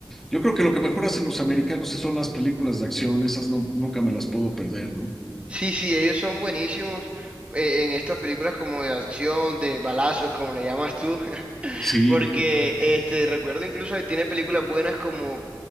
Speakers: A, in the centre; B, on the right.
A: Yo creo que lo que mejor hacen los americanos son las películas de acción, esas no, nunca me las puedo perder, ¿no?
B: Sí, sí, ellos son buenísimos eh, en estas películas como de acción, de balazos, como le llamas tú, <laughs>
A: Sí,
B: porque este recuerdo incluso que tiene películas buenas como